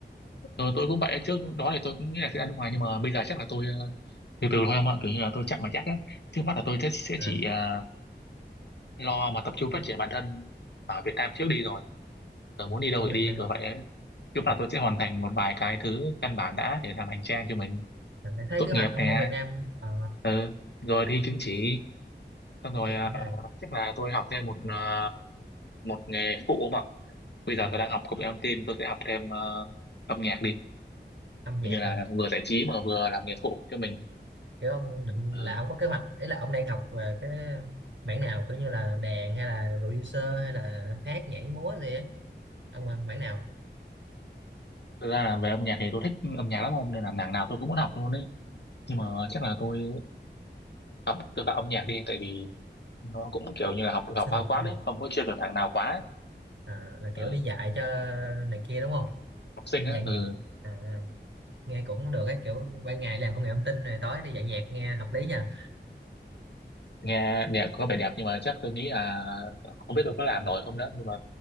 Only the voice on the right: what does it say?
à,
ở
Việt
Nam
à,
mình sẽ thấy
kế
hoạch ông
ở Việt Nam ờ,
chính
trị
này
ờ,
âm nhạc
hả
kiểu ông định
là ông có kế hoạch ý là ông đang học về cái mảng nào kiểu như là đàn hay là producer hay là hát nhảy múa gì ấy ông ờ, mảng nào
sư
phạm
âm
nhạc
à, là kiểu
đi dạy cho này kia đúng không
đi
dạy nhạc
à, nghe cũng được ấy kiểu ban ngày làm công nghệ thông tin này tối đi dạy nhạc nghe hợp lý nha